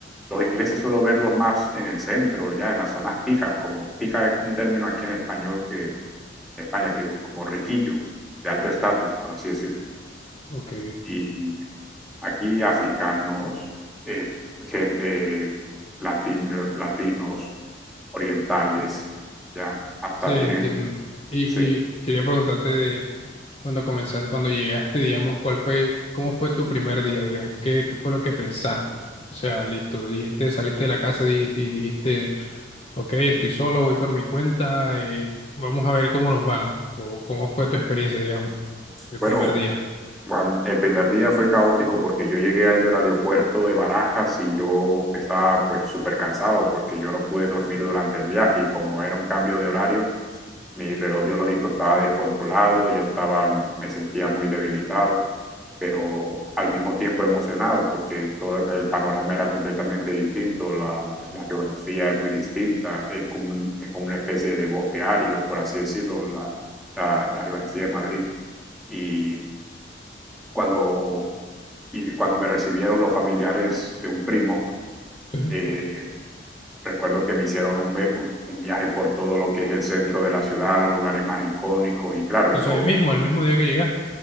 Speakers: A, in the centre; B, on the left.
A: Los ingleses suelo verlos más en el centro, ya en las zonas pijas, como pija es un término aquí en español que en España, que es como riquillo, de alto estatus, por así decirlo.
B: Ok.
A: Y aquí africanos, eh, gen- eh, latino- latinos, orientales, ya, hasta
B: Sí, entiendo.
A: tienen,
B: Y,
A: sí.
B: y quería preguntarte de cuando comenzaste, cuando llegaste, digamos, ¿cuál fue, cómo fue tu primer día, digamos? ¿Qué, qué fue lo que pensaste? O sea, listo, dijiste, saliste de la casa di- y dijiste, ok, estoy solo, voy por mi cuenta, eh, vamos a ver cómo nos va, o cómo fue tu experiencia, digamos, el
A: Bueno,
B: primer día.
A: Juan, el primer día fue caótico porque yo llegué del aeropuerto de Barajas y yo estaba pues súper cansado porque yo no pude dormir durante el viaje y como era un cambio de horario, mi reloj biológico estaba descontrolado, yo estaba, me sentía muy debilitado, pero al mismo tiempo emocionado, porque todo el panorama era completamente distinto, la, la geografía es muy distinta, es como, un- es como una especie de bosque árido, por así decirlo, la, la, la geografía de Madrid. Y cuando, y cuando me recibieron los familiares de un primo,
B: Sí.
A: eh, recuerdo que me hicieron un, un un viaje por todo lo que es el centro de la ciudad, los lugares más icónicos, y claro,
B: O
A: yo
B: sea, el mismo, el mismo día que llegaste.